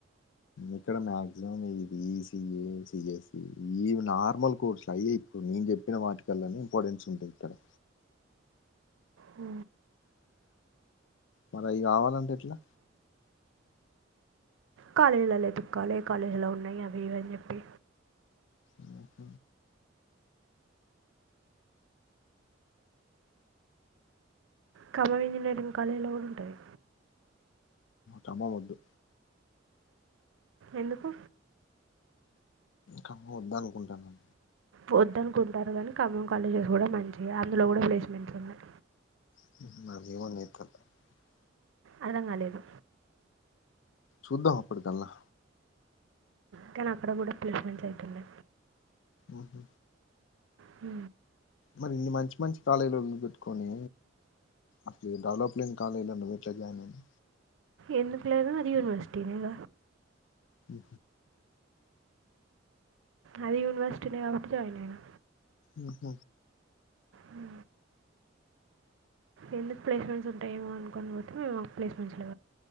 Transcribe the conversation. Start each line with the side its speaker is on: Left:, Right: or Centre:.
Left: ఇక్కడ మాక్సిమం ఇది ఈసఏ సిఎస్ఈ ఇవి నార్మల్ కోర్సులు అయ ఇప్పుడు నేను చెప్పిన వాటికల్లోనే ఇంపార్టెన్స్ ఉంటా ఇతారా
Right: హ
Left: మరి అవి కావాలంటే ఎట్లా
Right: కాలేజ్ లో లే తుక్కాలే కాలేజ్ లో ఉన్నాయి అవి ఇవని చెప్పి
Left: ఆఓహ
Right: ఖమ్మం ఇంజనీరింగ్ కాలేజ్ లో ఉంటాయి
Left: కమ్మం ఒద్దు
Right: ఎందుకు
Left: ఖమ్మం వద్దా అనుకుంటానును
Right: వొద్దునుకుంటారు కానీ ఖమ్మం కాలేజెస్ కూడా మంచివి అందులో కూడా ప్లేస్మెంట్స్ ఉన్నాయి
Left: <unintelligible>
Right: అర్థం కాలేదు
Left: చూద్దాం అప్పటికల్లా
Right: కానీ అక్కడ కూడా ప్లేస్మెంస్ అవుతుండే
Left: ఆహ
Right: హు
Left: మరి ఇన్ని మంచి మంచి కాలేజీలు పెట్టుకొని అస డెవలప్లింగ్ కాలేజన్న వట్ జాయిన్ని
Right: ఎందు పలేద అది యూనివర్సిటీ లేద
Left: అ
Right: అది యూనివర్సిటీనే కాబట్టి జాయిన్ అయినా
Left: ఆహ
Right: హు ఎందుకు ప్లేస్మెంట్స్ ఉంటాయేమో అనుకుని పోతే మేము మాకు ప్లేస్మెంట్స్ లే